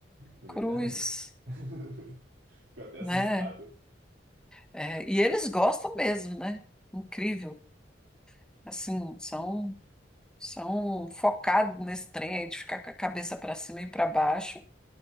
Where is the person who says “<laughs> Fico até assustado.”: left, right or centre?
Right